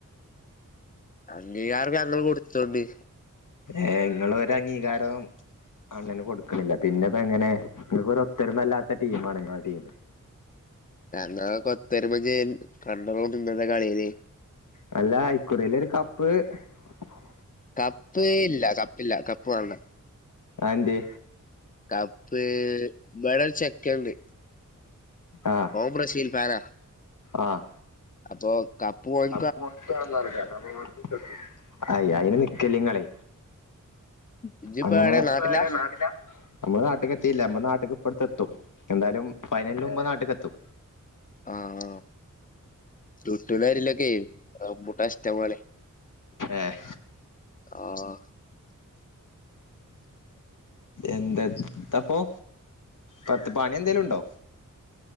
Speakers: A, on the left; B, on the left.
A: അംഗീകാർ ങ്ങൾ കൊട് <unintelligible>
B: ഏയ് ങ്ങള് ഒരഗീകാരം അണ്ണന് കൊടുക്കണില്ല പിന്നെ ഇപ്പ എങ്ങനെ നിങ്ങക്ക് ഒത്തരുമ ഇല്ലാത്ത ടീ മാണ്ങ്ങള ടീം
A: ഞങ്ങളെ കൊത്തരുമജ് കണ്ടോളെന്റെ <unintelligible> കളില്
B: നല്ല ഇക്കുറി ലൊരു ക <unintelligible>
A: കപ്പ് ഇല്ല കപ്പില്ല കപ്പ് വാണ്ട
B: ആന്തേ
A: കപ്പ് ബേടെ ചക്കണ്ട്
B: ആഹ്
A: ഓൻ ബ്രസീൽ ഫാനാ
B: ആഹ്
A: അപ്പൊ കപ്പു ഓൽ
B: <unintelligible> ഐ അയിന് നിക്കല്ലിങ്ങളെ
A: ഇജ്ജിപ്പ
B: അങ്ങനെ
A: എവിടെ
B: ഇജ്ജ്
A: നാട്ടിലാ
B: പ്പൊ ടെ നാട്ടില നമ്മള് നാട്ട്കെത്തില്ല മ്മള് നാട്ടിക് പ്പട് തെത്തും എന്താലും ഫൈനൽന്റുമ്പേ നാട്ട്കെത്തും
A: ആഹ ടുട്ടു ലരിലൊക്കെ റംമ്പുട്ടാഷ്ട്ട പോലെ
B: ഏഹ്
A: ആഹ
B: എന്തത് തപ്പോ പത്ത് പണി എന്തെലുണ്ടോ